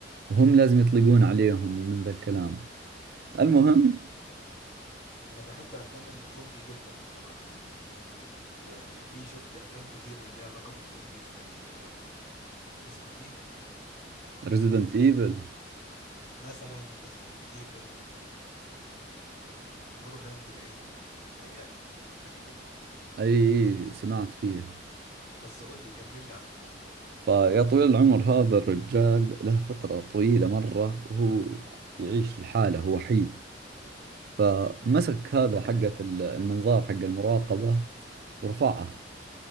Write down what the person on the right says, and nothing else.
وهم لازم يطلقون عليهم ومن ذا الكلام المهم
ريزيدنت ايفل
اي إي، سمعت فيه
فيا طويل العمر هذا الرجال له فترة طويلة مرة وهو يعيش لحاله هو وحيد فمسك هذا حقة ال- المنظار حق المراقبة ورفعه